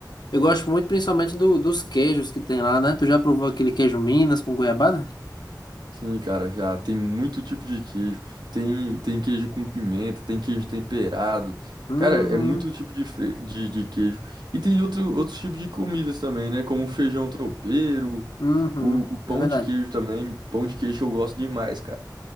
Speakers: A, on the left (about 70°); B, on the right (about 75°).
A: Eu gosto muito, principalmente, do, dos queijos que tem lá, né? Tu já provou aquele queijo Minas com goiabada?
B: Sim, cara, já tem muito tipo de queijo. Tem, tem queijo com pimenta, tem queijo temperado.
A: Uhum,
B: Cara, é muito tipo de, fre- de, de queijo. E tem outro, outros tipos de comidas também, né? Como feijão tropeiro,
A: uhum,
B: o, o pão
A: é verdade.
B: de queijo também. Pão de queijo eu gosto demais, cara.